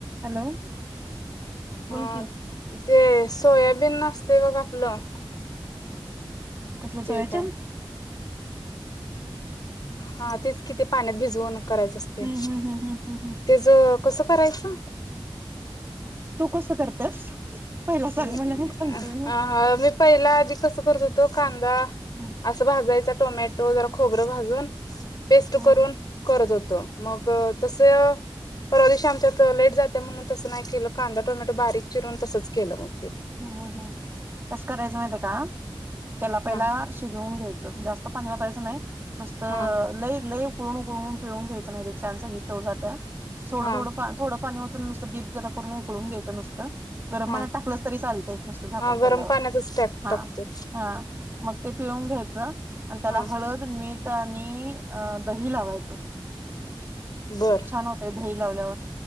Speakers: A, on the right; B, on the left.
A: Hello बोल
B: ह
A: की
B: तेस सोयाबीन असत्य बघ आपलं.
A: कसल
B: ते
A: चोया
B: काय
A: चंक्स
B: हा तेच किती, पाण्यात भिजऊन. करायच असते,
A: हम्म हम्म हम्म हम्म हम्म हम्म
B: ते ज कस करायचं <inaudible>
A: तू कसं करतेस? पहिला सांग
B: हा
A: मला मग सांगते मी
B: हा मी पहिला आधी कस करत हुतो कान का?
A: हम्म
B: असं भाजयचा टोमॅटो. तो जरा खोबरं भाजून. पेस्ट
A: हम्म
B: करून करत होत त मग तसय. परवा दिवशी आमच्यात लेट झालत, म्हणून तसं नाही केलं कांदा टोमॅटो बारीक चिरून तसंच. केलं म
A: ह ह कस करायचं माहित का, त्याला पहिला
B: हा
A: शिजवून घ्यायचं जास्त. पाणी ओतायचं नाही नुसतं
B: हा
A: लई लई उकळून उकळून पिळून घ्यायच नाही तर छान सगळी चव जाते ह. थोड
B: हा
A: थोड पान थोड पाणी ओत. नुसता गीर जरा करून उकळून घ्यायचा नुसता. गरम
B: हा
A: पाण्यात टाकलं. तरी चालतंय नुसता झाकून
B: हा
A: ठेवल्यावर,
B: गरम पाण्यातच टाक
A: हा
B: टाकतोय
A: हा मग ते पिळून घ्यायचं आणि त्याला
B: हा
A: हळद मीठ आ. आणि अ दही, लावायचं.
B: बर
A: छान होतय दही लावल्यावर,